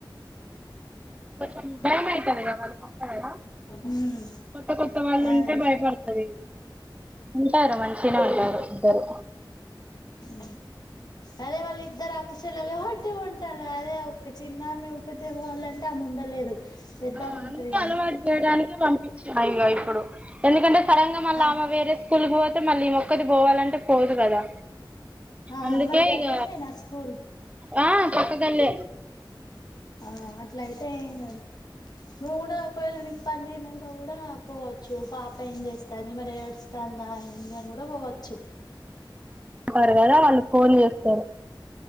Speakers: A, on the right; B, on the left.
A: కొంచెం భయం అయితాంది కదా <unintelligible>
B: ఉమ్
A: కొత్త కొత్త వాళ్ళు
B: అదే
A: ఉంటే భయపడతాది ఉంటారు మంచిగనే ఉంటారు ఇద్దరు
B: యూ అదే వాళ్లు ఇద్దరూ అక్క చెల్లెలు కాబట్టి ఉంటాలే అదే ఒక్క చిన్న ఆమె ఒక్కతే పోవాలంటే ఆమె ఉండలేదు పెద్దామె
A: ఆ
B: ఉంటది
A: అందుకే
B: కాని
A: అలవాటు చేయడానికి పంప్ హాయిగా ఇప్పుడు ఎందుకంటే సడన్ గా మల్ల
B: ఆ
A: ఆమె వేరే స్కూల్ కి పో తే మళ్ళీ ఈమె ఒక్కటే పోవాలంటే పోదు కదా
B: ఆ
A: అందుకే
B: మరి దగ్గర
A: ఇక
B: నేనా స్కూల్
A: ఆ పక్క గన్నే
B: ఆ అట్ల అయితే ఏం కాదు నువు కూడా ఒకవేళ నికి <unintelligible> కూడా పోవచ్చు పాప ఏం చేస్తాంది మరి ఏడుస్తాంద ఏంది అని కూడా పోవచ్చు
A: పర్ కదా వాళ్ళు ఫోన్ చేస్తారు